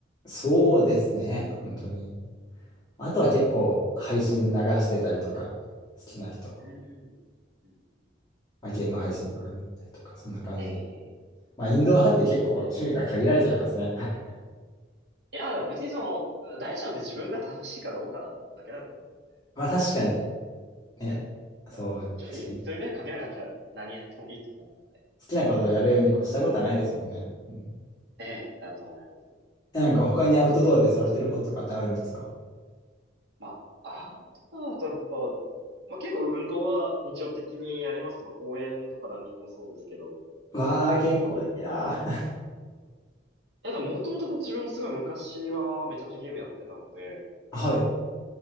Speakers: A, on the left; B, on the right.
A: そうですね、本当に。あとは結構配信流してたりとか、好きな人の、
B: ね。うん。うん。
A: まあ、ゲーム配信とか見たりとか、そんな感じで。
B: ええー
A: まあ、インドア派って結構趣味が限られちゃいますね。<laughs>
B: いや、でも別にその、大事なのって自分が楽しいかどうかだと思うだけだと思う。な
A: まあ、確かに。
B: んか
A: ね。
B: ね、
A: そう、
B: なんか正直、
A: 確かに。
B: 一人目かけなかったら何やってもいいと思う。
A: 好きなことをやるに越したことはないですもんね。うん、
B: ええだと思います。
A: え、なんか他にアウトドアでされてることとかってあるんですか
B: まあ、アウトドアだとやっぱ、まあ結構運動は日常的にやります。まあ公園とかランニングもそうですけど、
A: わあ、健康的だ。
B: 結構動きます。
A: <laughs>
B: いやでももともと自分もすごい昔はめちゃめちゃゲームやってたので、
A: はい。